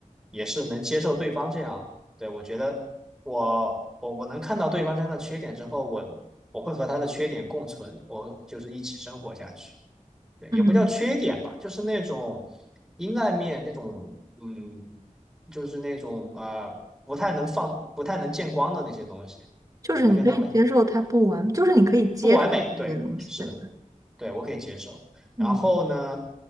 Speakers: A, in the centre; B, on the right.
A: 也是能接受对方这样，对，我觉得我我我能看到对方身上的缺点之后，我我会和他的缺点共存，我就是一起生活下去。对，
B: 嗯，
A: 也不叫缺点吧，就是那种阴暗面，那种嗯，就是那种啊、呃不太能放、不太能见光的那些东西，
B: 就是你可以接受他不完，
A: 我会跟他们
B: 就是你可以接受一些东西，
A: 不完美，对，是的，
B: 对吧？
A: 对我可以接受。
B: 嗯，
A: 然后呢，